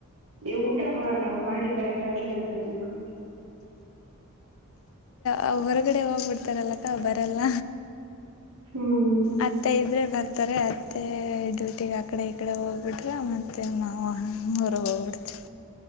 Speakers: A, on the right; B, on the left.
A: ಊಟ ಮಾಡಿ ಕರೆಕ್ಟ್ ಒಟ್ಟಾಗಿ ಅಂತ ಅನ್ಬೇಕು
B: ಅ ಹೊರಗಡೆ ಹೋಗ್ಬಿಡ್ತಾರಲ್ಲಕ್ಕ ಬರಲ್ಲ
A: ಹ್ಮ್
B: ಹತ್ತೈದ್ರೆ ಬರ್ತ ಹತಾರೆ ಅತ್ತೆ ಡ್ಯೂಟಿಗೆ ಆಕಡೆ ಈ ಕಡೆ ಹೋಗ್ಬಿಡ್ರೆ ಮತ್ತೆ ಮಾವರು ಹೋಗ್ಬಿಡ್ತರಿ